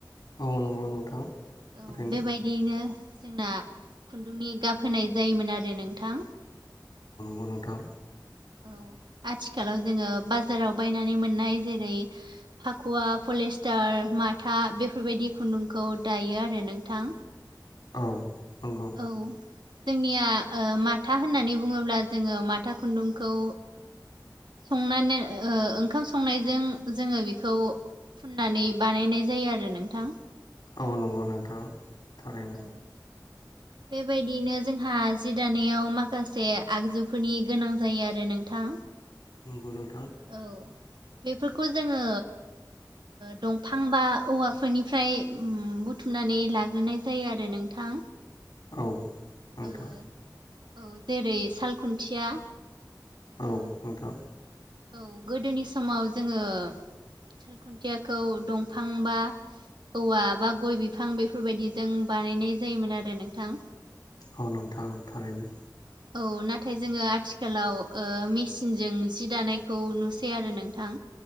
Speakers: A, on the left; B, on the right.
A: औ नंगौ नोंथां। थारैनो
B: औ बेबायदियैनो जोंना खुन्दुंनि गाब होनाय जायोमोन आरो नोंथां
A: गुनथां
B: औ आथिखालाव जोङो बाजाराव बायनानै मोननाय जेरै फाखुवा पलिेस्टार माथा बेफोरबायदि खुन्दुंखौ दायो आरो नोंथां
A: औ नंगौ
B: औ जोंनिया माथा होननानै बुङोब्ला जोङो माथा खुन्दुंखौ संनानै ओंखाम संनायजों जोङो बेखौ फुननानै बानायनाय जायो आरो नोंथां
A: औ नंगौ नोंथां। थारैनो
B: औ बेबायदियैनो जोंहा जि दानायाव माखासे आगजुफोरनि गोनां जायो आरो नोंथां
A: <inaudible>
B: औ बेफोरखौ जोङो दंफां बा औवाफोरनिफ्राय बुथुमनानै लाग्रोनाय जायो आरो नोंथां
A: औ। नोंथां
B: औ जेरै सालखुन्थिया ओ
A: औ नोंथां
B: औ गोदोनि समाव जोङो साल खुन्थियाखौ दंफां बा औवा बा गय बिफां बेफोरबायदिजों बानायनाय जायोमोन आरो नोंथां
A: औ नोंथां थारैनो
B: औ नाथाय जोङो आथिखालाव मेसिनजों जि दानाय बे खौ नुसै आरो नोंथां